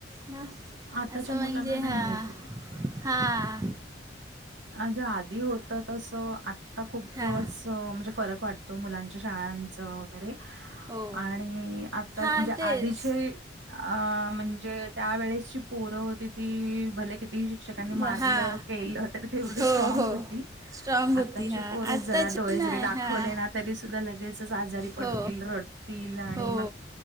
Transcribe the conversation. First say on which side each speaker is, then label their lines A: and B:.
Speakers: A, on the right; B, on the right.
A: ना.
B: आताच्या
A: असं
B: मुलांना
A: म्हणजे
B: नाहीये
A: हा
B: ते
A: हा.
B: अ जे आधी होत तस आत्ता खूपचं
A: हां
B: म्हणजे फरक वाटतो मुलांच्या शाळांचं वगैरे
A: हो
B: आणि आता
A: हां
B: म्हणजे
A: तेच
B: आधीचे अ म्हणजे त्यावेेळेसची पोरं होती ती भले किती शिक्षकांनी मारलं
A: ब- हां
B: केलं तेवढी
A: हो
B: स्ट्रांग
A: हो
B: होती.
A: स्ट्रॉंग
B: आताची
A: होती हां
B: पोरं
A: आत्ताची
B: जरा डोळे
A: नाही
B: जरी दाखवले
A: हां
B: ना तरी सुद्धा लगेचच आजारी पडतील,
A: हो
B: रडतील आणि
A: हो
B: मग